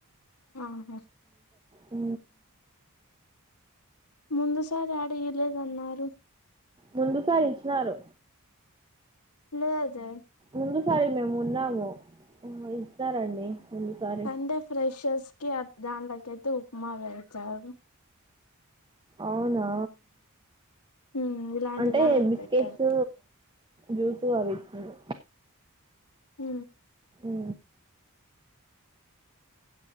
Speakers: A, on the left; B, on the right.
A: ఆహా
B: అ
A: ముందు సారి అడ ఇలేదన్నారు
B: ముందు సరి ఇంచినరూ
A: లేదే
B: ముందుసారి మేము ఉన్నాము ఇచ్చినారండి ముందుసారి
A: సండే ఫ్రెషర్స్ కి దాంలోకైతే ఉప్మా పెడతారు
B: అవునా
A: ఉమ్ ఇలాంటి
B: అంటే
A: దాంట్లకి
B: బిస్కెట్స్
A: పెట్టరు
B: జ్యూస్ అవి ఇచ్చినారు
A: ఉ
B: అ